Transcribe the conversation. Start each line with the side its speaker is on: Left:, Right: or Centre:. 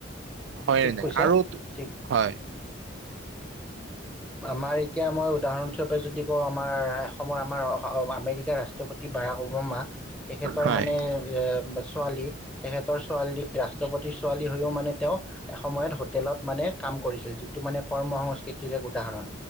Right: হয়
Centre: ঠিক
Right: নে নাই?
Centre: কৈছা
Right: আৰু
Centre: ঠিক
Right: হয়।
Centre: আমাৰ এতিয়া মই উদাহৰণস্বৰূপে যদি কওঁ, আমাৰ এ অসমৰ আমাৰ আমেৰিকা ৰাষ্ট্ৰ ৰাষ্ট্ৰপতি বাৰাক ওবামা তেখেতৰ
Right: হয়,
Centre: মানে এ ছোৱালী, তেখেতৰ ছোৱালী ৰাষ্ট্ৰপতিৰ ছোৱালী হৈও মানে তেওঁ এসময়ত হোটেলত মানে কাম কৰিছিল, যিটো মানে কৰ্ম সংস্কৃতিৰে উদাহৰণ